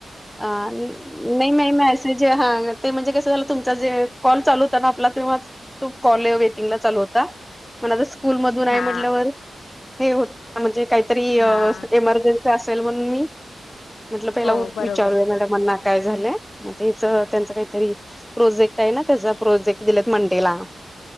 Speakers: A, in the centre; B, on the left (about 75°).
A: अ नाही नाही मेस ज हां ते म्हणजे कस झालं तुमचा जे कॉल चालू होता ना आपला तेव्हा तो कॉल वेटिंगला चालू होता पण आता स्कूल मधून आहे
B: हा
A: म्हटल्यावर हे होत म्हणजे काहीतरी
B: हा
A: एमर्जन्सी असेल म्हणून मी म्हटल पहिला
B: हो बरोबर
A: विचारूय मॅडमना. काय झालंय मग तेच त्यांच काहीतरी प्रोजेक्ट आहे ना त्याचा प्रोजेक्ट दिलेत मंडेला.